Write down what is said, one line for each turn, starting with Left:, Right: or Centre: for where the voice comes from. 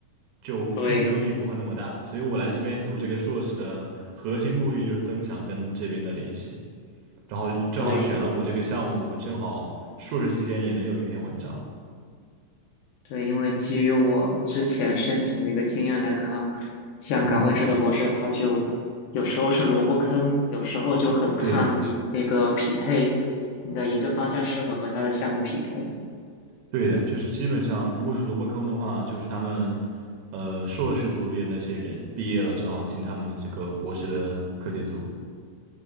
Right: 就竞争力不会那么大，
Left: 对
Right: 所以我来这边读这个硕士的核心目的就是增强跟这边的联系，然后正好选了我这个项目，
Left: 对，
Right: 我正好硕士期间也能有一篇文章。
Left: 对，因为基于我之前申请的一个经验来看，像岗位制的博士，
Right: 嗯，
Left: 他就有时候是萝卜坑，有时候就很看你那个匹配，
Right: 对，
Left: 你的研究方向是否和他的项目匹配。
Right: 对的，就是基本上，如果是萝卜坑的话，就是他们，呃，硕士组里的那些人毕业了，正好进他们的这个博士的课题组。